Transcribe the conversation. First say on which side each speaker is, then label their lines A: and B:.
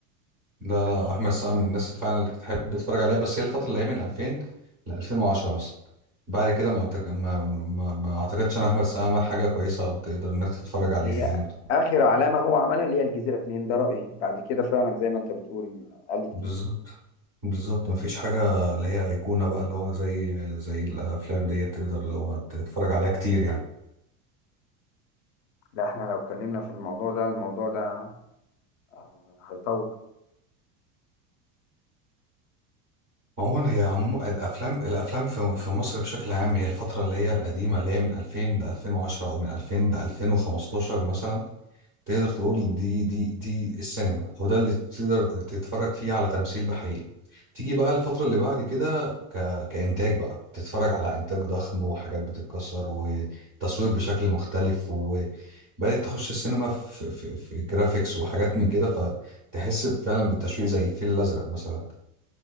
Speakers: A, on the right (about 20°); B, on the left (about 50°).
A: لا لا احمد سعد من الناس اللي فعلا اللي تحب تتفرج عليها بس هي الفتره اللي هي من 2000 ل 2010 مثلا بعد كده ما أعتقد ما, ما, ما اعتقدش ان احمد سعد عمل حاجه كويسه او تقدر انك تتفرج عليها
B: هي
A: يعني وتكون-
B: آخر علامة هو عملها اللي هي الجزيرة اتنين ده رأيي بعد كده فعلا زي ما أنت بتقول قال لي كتير
A: بالظبط بالظبط ما فيش حاجه اللي هي ايقونه بقى اللي هو زي زي الافلام ديت تقدر اللي هو تتفرج عليها كتير يعني
B: لا إحنا لو اتكلمنا في الموضوع ده الموضوع ده آه، هيطول
A: عموما هي عم الافلام الافلام في في مصر بشكل عام هي الفتره اللي هي القديمه اللي هي من 2000 ل 2010 او من 2000 ل 2015 مثلا تقدر تقول إن دي دي دي السينما او ده اللي تقدر تتفرج فيه على تمثيل بحقيقي تيجي بقى الفترة اللي بعد كده ك... كإنتاج بقى تتفرج على إنتاج ضخم وحاجات بتتكسر وتصوير بشكل مختلف وبدأت تخش السينما في, في, في جرافيكس وحاجات من كده فتحس فعلا بالتشويق زي الفيل الأزرق مثلا